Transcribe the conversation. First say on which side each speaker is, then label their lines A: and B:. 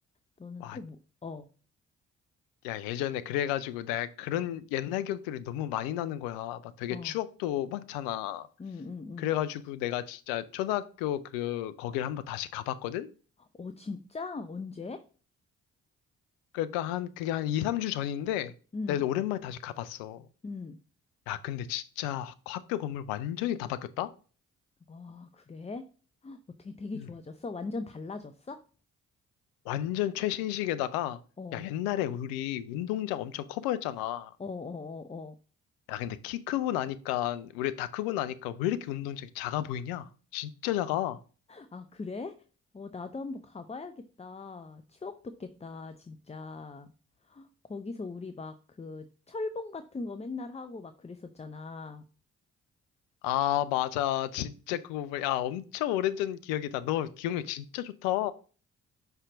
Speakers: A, on the left; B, on the left.
A: 너는
B: 와,
A: 또 뭐, 어,
B: 야, 예전에 그래가지고 나 그런 옛날 기억들이 너무 많이 나는 거야. 막 되게
A: 어.
B: 추억도 많잖아.
A: 응, 응, 응.
B: 그래가지고 내가 진짜 초등학교 그 거기를 한번 다시 가봤거든?
A: 어, 진짜? 언제?
B: 그러니까 한, 그게 한 2, 3주 전인데,
A: 응,
B: 내가 오랜만에 다시 가봤어.
A: 응.
B: 야, 근데 진짜 학교 건물 완전히 다 바뀌었다?
A: 아, 그래? 어떻게 되게
B: 음.
A: 좋아졌어? 완전 달라졌어?
B: 완전 최신식에다가,
A: 어,
B: 야,
A: 어,
B: 옛날에 우리 운동장 엄청 커 보였잖아.
A: 어, 어, 어.
B: 야, 근데 키 크고 나니까, 우리 다 크고 나니까 왜 이렇게 운동장이 작아 보이냐? 진짜 작아.
A: 아, 그래? 어, 나도 한번 가봐야겠다. 추억 돋겠다, 진짜. 거기서 우리 막 그 철봉 같은 거 맨날 하고 막 그랬었잖아.
B: 아, 맞아. 진짜 그거, 뭐야. 야, 엄청 오래전 기억이다. 너 기억력 진짜 좋다.